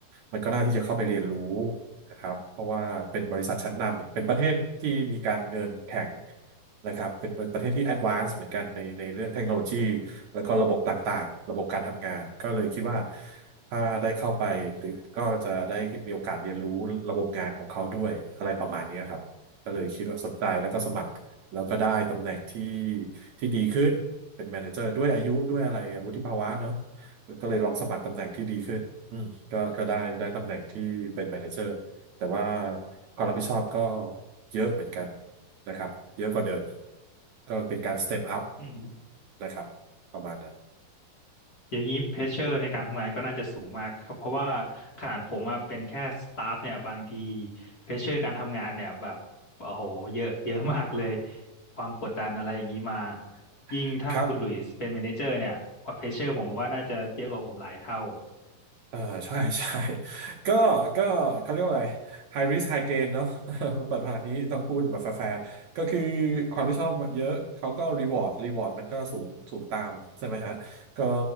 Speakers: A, on the right; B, on the left.
A: มันก็น่าที่จะเข้าไปเรียนรู้ นะครับเพราะว่าเป็นบริษัทชั้นนำเป็นประเทศที่มีการเงินแข็งนะครับเป็นประเทศที่แอดวานซ์เหมือนกันในในเรื่องเทคโนโลยีแล้วก็ระบบต่างๆระบบการทำงานก็เลยคิดว่าถ้าได้เข้าไปหรือก็จะได้มีโอกาสเรียนรู้ระบบงานของเขาด้วยอะไรประมาณเนี้ยครับก็เลยคิดว่าสนใจแล้วก็สมัครแล้วก็ได้ตำแหน่งที่ที่ดีขึ้นเป็นแมเนเจอร์ด้วยอายุด้วยอะไรวุฒิภาวะเนาะก็เลยลองสมัครตำแหน่งที่ดีขึ้นอืมก็ก็ได้ได้ตำแหน่งที่เป็นแมเนเจอร์ แต่ว่าความรับผิดชอบก็เยอะเหมือนกันนะครับเยอะกว่าเดิมก็เป็นการสเต็ปอัพ
B: อืมฮึ
A: นะครับประมาณนั้น
B: อย่างนี้เพรสเชอร์ในการทำงานก็น่าจะสูงมากครับเพราะว่าขนาดผมอะเป็นแค่สตาฟเนี่ยบางทีเพรสเชอร์การทำงานเนี่ยแบบโอ้โหเยอะเยอะมากเลยความกดดันอะไรอย่างนี้มายิ่งถ้าคุณหลุยส์เป็น
A: <laughs> ครับ
B: m ม n นเจอร์เนี่ยเพรสเชอร์ผมว่าน่าจะเยอะกว่าผมหลายเท่า
A: เออใช่ <laughs> ใช่ <laughs> ก็ก็เขาเรียกว่าอะไร high risk high gain เนอะ <laughs> มันเปิดผ่านนี้ต้องพูดแบบแฟร์ๆก็คือความที่ชอบเยอะเขาก็ reward reward มันก็สูงสูงตามใช่ไหมฮะก็